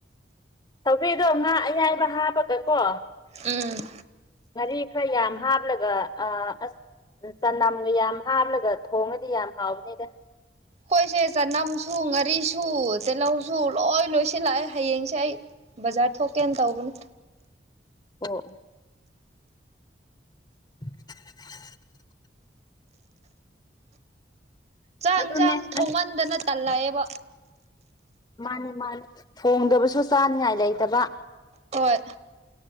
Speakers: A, on the left; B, on the right.
A: ꯁꯧꯒ꯭ꯔꯤꯗꯣ ꯉꯥ ꯑꯌꯥꯏꯕ ꯍꯥꯞꯄꯒꯀꯣ
B: ꯎꯝ
A: ꯉꯥꯔꯤ ꯈ꯭ꯔ ꯌꯥꯝ ꯍꯥꯞꯂꯒ ꯑꯥ ꯑꯁ ꯎꯝ ꯇꯅꯝꯒ ꯌꯥꯝ ꯍꯥꯞꯂꯒ ꯊꯣꯡꯉꯗꯤ ꯌꯥꯝ ꯍꯥꯎꯕꯅꯤꯗ
B: ꯈꯣꯏꯁꯦ ꯆꯅꯝꯁꯨ ꯉꯔꯤꯁꯨ ꯇꯦꯜꯂꯧꯁꯨ ꯂꯣꯏ ꯂꯣꯏꯁꯤꯜꯂꯛꯑꯦ ꯍꯌꯦꯡꯁꯦ ꯑꯩ ꯕꯥꯖꯥꯔ ꯊꯣꯛꯀꯦꯅ ꯇꯧꯕꯅꯤ
A: ꯑꯣ <unintelligible>
B: ꯆꯥꯛ
A: ꯑꯗꯨꯅꯦ
B: ꯢꯟꯖꯥꯡ ꯊꯣꯡꯃꯟꯗꯅ
A: ꯑꯁ
B: ꯇꯜꯂꯛꯑꯦꯕ
A: ꯃꯥꯅꯦ ꯃꯥꯅꯦ ꯊꯣꯡꯗꯕꯁꯨ ꯆꯥꯅꯤꯉꯥꯏ ꯂꯩꯇꯕ
B: ꯍꯣꯏ